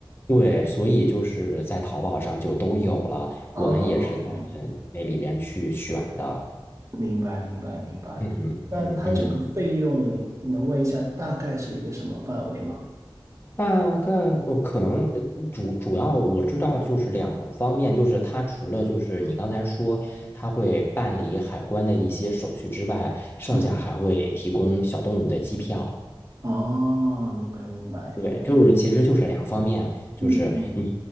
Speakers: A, on the left; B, on the right.
A: 对，所以就是在淘宝上就都有了，
B: 哦，
A: 我们也是在呃那里边去选的。
B: 明白明白明白。
A: 嗯嗯嗯，
B: 那它整个费用能问一下大概是一个什么范围吗？
A: 大概我可能呃主主要我知道就是两个方面，就是它除了就是你刚才说它会办理海关的一些手续之外，剩下还会提供小动物的机票。
B: 嗯哼，哦，明白明白，
A: 对，就是其实就是两方面，就是你
B: 嗯嗯，